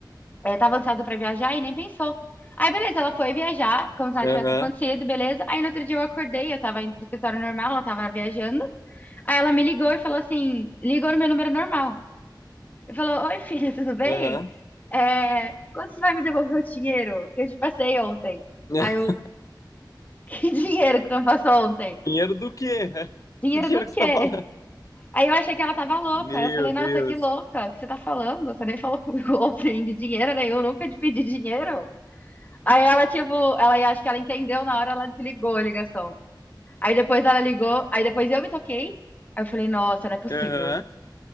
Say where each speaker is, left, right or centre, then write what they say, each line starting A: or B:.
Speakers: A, on the left; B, on the left.
A: é, tava ansiosa pra viajar e nem pensou. Aí, beleza, ela foi viajar, como se nada
B: Aham.
A: tivesse acontecido, beleza. Aí, no outro dia eu acordei, eu tava indo pro escritório normal, ela tava viajando. Aí ela me ligou e falou assim, ligou no meu número normal. Ele falou: Oi, filha, tudo bem?
B: Aham.
A: É, quando você vai me devolver o dinheiro que eu te passei ontem?
B: <laughs>
A: Aí eu: <laughs> Que dinheiro que você me passou ontem?
B: Dinheiro do quê? <laughs>
A: Dinheiro
B: Que dinheiro
A: do
B: que
A: quê?
B: você tá falando?
A: Aí eu achei que ela tava louca.
B: Meu
A: Aí eu falei: Nossa,
B: Deus.
A: que louca, o que você tá falando? Você nem falou <laughs> comigo ontem de dinheiro nenhum, nunca te pedi dinheiro. Aí ela, tipo, ela acho que ela entendeu na hora, ela desligou a ligação. Aí depois ela ligou, aí depois eu me toquei. Aí eu falei, nossa, não é possível.
B: Aham.